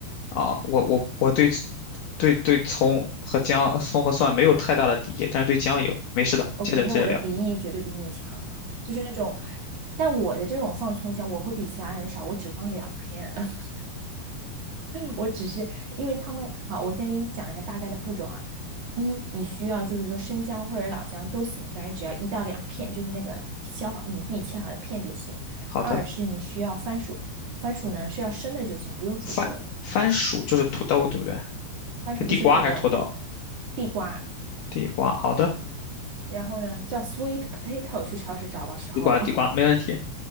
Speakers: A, on the left (about 70°); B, on the right (about 55°).
A: 啊，我我我对对对葱和姜、葱和蒜没有太大的敌意，但是对姜有。没事的，
B: OK，
A: 接着接着聊。
B: 那我的敌意绝对比你强，就是那种，但我的这种放葱姜，我会比其他人少，我只放两片，<laughs> 我只是因为他们好，我先给你讲一下大概的步骤啊。一，你需要就是说生姜或者老姜都行，反正只要一到两片，就是那个削好你自己切好的片就行。
A: 好的，
B: 二是你需要番薯，番薯呢是要生的就行，不用煮熟。
A: 番番薯就是土豆，对不对？
B: 番薯不是土豆，
A: 是地瓜还是土豆？
B: 地瓜，
A: 地瓜，好的。
B: 然后呢叫 sweet potato 去超市找的时候，
A: 地瓜，
B: <laughs>
A: 地瓜，没问题。